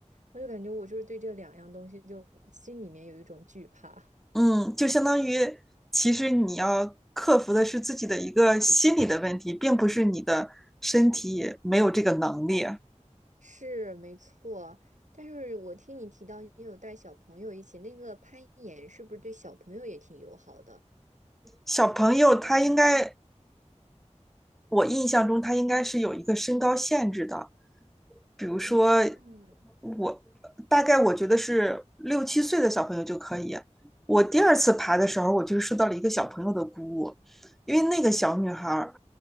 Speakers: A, on the right; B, in the centre.
A: 我就感觉我就是对这两样东西就心里面有一种惧怕。
B: 嗯，就相当于其实你要克服的是自己的一个心理的问题，并不是你的身体没有这个能力。
A: 是，没错。但是我听你提到你有带小朋友一起，那个攀岩是不是对小朋友也挺友好的？
B: 小朋友他应该，我印象中他应该是有一个身高限制的，比如说
A: 哦，
B: 我大概我觉得是六七岁的小朋友就可以。我第二次爬的时候，我就受到了一个小朋友的鼓舞，因为那个小女孩